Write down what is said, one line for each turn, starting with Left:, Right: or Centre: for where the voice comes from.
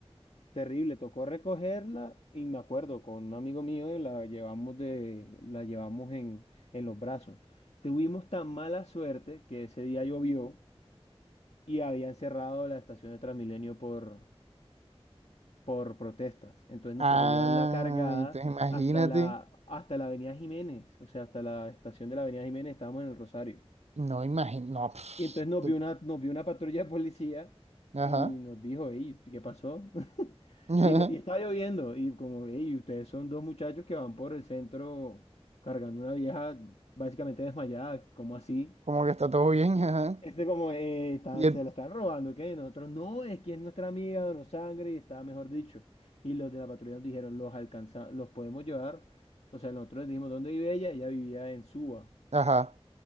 Left: Terrible, tocó recogerla y me acuerdo, con un amigo mío y la llevamos, de, la llevamos en, en los brazos. Tuvimos tan mala suerte que ese día llovió y habían cerrado la estación de Transmilenio por, por protestas. Entonces nos
Right: Ah,
Left: tocó llevarla cargada
Right: entonces imagínate.
Left: hasta la, hasta la Avenida Jiménez, o sea, hasta la estación de la Avenida Jiménez, estábamos en el Rosario.
Right: No, imagino, no, pss,
Left: Y entonces nos
Right: te-
Left: vio una, nos vio una patrulla de policía
Right: ajá,
Left: y nos dijo, hey, ¿qué pasó? <laughs>
Right: <laughs> ajá,
Left: Y, no- y estaba lloviendo y como, hey, ustedes son dos muchachos que van por el centro cargando una vieja básicamente desmayada, ¿cómo así?
Right: como que está todo bien, ajá.
Left: Este como, "Eh, está-
Right: Y el,
Left: se la están robando, ¿qué? Y Nosotros, no, es que es nuestra amiga, donó sangre y está, mejor dicho. Y los de la patrulla nos dijeron, los alcanza, los podemos llevar. O sea, nosotros les dijimos dónde vive ella, ella vivía en Suba.
Right: ajá.